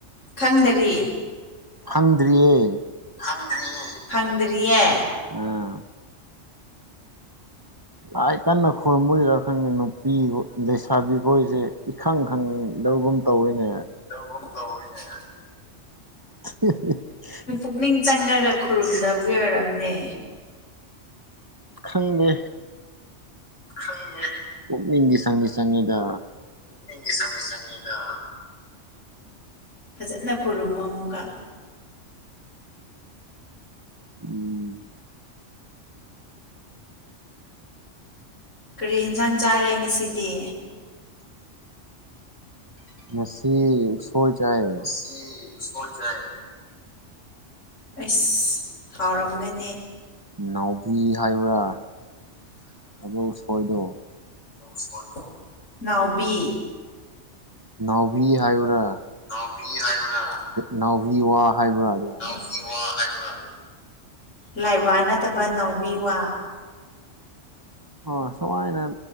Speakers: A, on the left; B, on the right.
A: ꯈꯪꯗꯔꯤ
B: ꯐꯪꯗ꯭ꯔꯤꯌꯦ
A: ꯍꯥꯡꯗꯔꯤꯌꯦ ꯐꯪꯗ꯭ꯔꯤꯌꯦ꯫
B: ꯑꯥ꯫ ꯂꯥꯏ ꯀꯟꯅ ꯈꯨꯣꯏꯔꯨꯝꯝꯕ ꯑꯣꯏꯗꯔꯥ ꯈꯪꯗꯦ ꯅꯨꯄꯤ ꯂꯩꯁꯥꯕꯤꯈꯣꯏꯁꯦ ꯏꯈꯪ ꯈꯪꯗꯒꯨꯝ ꯇꯧꯋꯤꯅꯦ꯫
A: ꯇꯧꯒꯨꯝ ꯇꯧꯏꯅꯦ꯫
B: <unintelligible>
A: ꯄꯨꯛꯅꯤꯡ ꯆꯪꯉꯒ ꯈꯨꯔꯨꯝꯗꯕꯒꯤ ꯑꯣꯏꯔꯝꯅꯤ꯫
B: ꯈꯪꯗꯦ꯫
A: ꯈꯪꯗꯦ꯫
B: ꯄꯨꯛꯅꯤꯡꯗꯤ ꯆꯪꯗꯤ ꯆꯪꯉꯤꯗ꯫
A: ꯄꯨꯛꯅꯤꯡꯗꯤ ꯁꯪꯒꯤ ꯆꯪꯉꯤꯗ꯫ ꯐꯖꯅ ꯈꯨꯔꯨꯝꯃꫭ ꯑꯃꯨꯒ꯫
B: ꯎꯝ꯫
A: ꯀꯔꯤ ꯌꯦꯟꯁꯥꯡ ꯆꯥꯔꯦ ꯉꯁꯤꯗꯤ꯫
B: ꯉꯁꯤ ꯎꯁꯣꯏ ꯆꯥꯏ꯫
A: ꯁꯤ ꯎꯁꯣꯏ ꯆꯥꯏ꯫ ꯑꯩꯁ ꯍꯥꯎꯔꯝꯒꯅꯤ꯫
B: ꯅꯥꯎꯕꯤ ꯍꯥꯏꯕ꯭ꯔꯥ ꯑꯗꫭ ꯎꯁꯣꯏꯗꯣ꯫
A: ꯎꯁꯣꯏꯗꯣ ꯅꯥꯎꯕꯤ꯫
B: ꯅꯥꯎꯕꯤ ꯍꯥꯏꯕ꯭ꯔꯥ꯫
A: ꯅꯥꯎꯕꯤ ꯍꯥꯏꯕ꯭ꯔꯥ꯫
B: ꯅꯥꯎꯚꯤꯋꯥ ꯍꯥꯏꯕ꯭ꯔꯥꯗꯣ꯫
A: ꯀꯔꯤ ꯋꯥ ꯍꯥꯏꯕꯔ ꯂꯥꯏꯋꯥ ꯅꯠꯇꯕ ꯅꯥꯎꯕꯤ ꯋꯥ꯫
B: ꯑꯣ ꯁꯨꯃꯥꯏꯅ